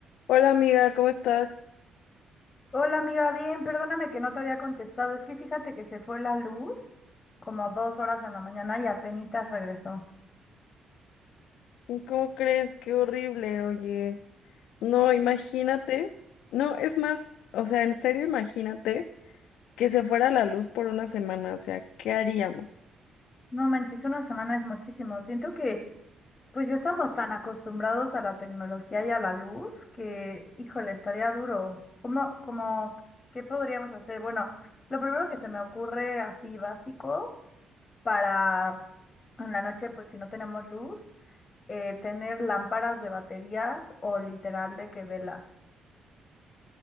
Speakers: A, on the left (about 80°); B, on the left (about 30°).
A: Hola amiga, ¿cómo estás?
B: Hola amiga, bien, perdóname que no te había contestado. Es que fíjate que se fue la luz como dos horas en la mañana y apenitas regresó.
A: ¿Cómo crees? Qué horrible, oye. No, imagínate. No, es más, o sea, en serio, imagínate que se fuera la luz por una semana, o sea, ¿qué haríamos?
B: No manches, una semana es muchísimo. Siento que pues ya estamos tan acostumbrados a la tecnología y a la luz que, híjole, estaría duro. ¿Cómo, cómo, qué podríamos hacer? Bueno, lo primero que se me ocurre así básico para en la noche, pues si no tenemos luz, eh, tener lámparas de baterías o literal de que velas.